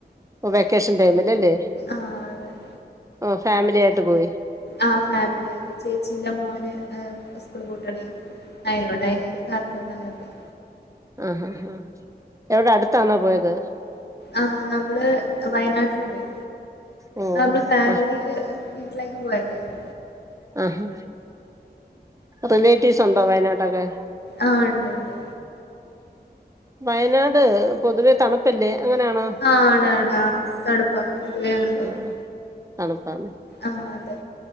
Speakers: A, on the right (about 20°); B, on the left (about 75°).
A: ഓ വെക്കേഷൻ ടൈമിലല്ലേ
B: ആഹ് അതെ
A: ഓഹ് ഫാമിലി ആയിട്ട് പോയി
B: ആഹ് ഫാമിലേയ്റ്റ് ചേച്ചീന്റെ മോന് ഏ് സ്കൂൾ പൂട്ട്ണീ അതിനോണ്ട് അയിന് വേണ്ടി കാത്ത്ന്നങ്ങനെ പോയി
A: ആഹ്ഹാ എവിടെ അടുത്താന്നാ പോയത്
B: ആഹ് നമ്മള് വയനാട്ടില് പോയി
A: ഓ
B: നമ്മള് ഫാമിലീല്
A: ആ
B: വീട്ടിലേക്ക് പോയതേന്നു
A: ആഹ് റിലേറ്റീവ്സ് ഉണ്ടോ വയനാട്ടൊക്കെ
B: ആഹ് ഉണ്ട്ണ്ട്
A: വയനാട് പൊതുവെ തണുപ്പല്ലേ അങ്ങനാണോ
B: ആഹ് ആണാണാ തണുപ്പാ പൊതുവേ അങ്ങനതന്നെ
A: ആഹ് തണുപ്പാണ്
B: ആഹ് അതെ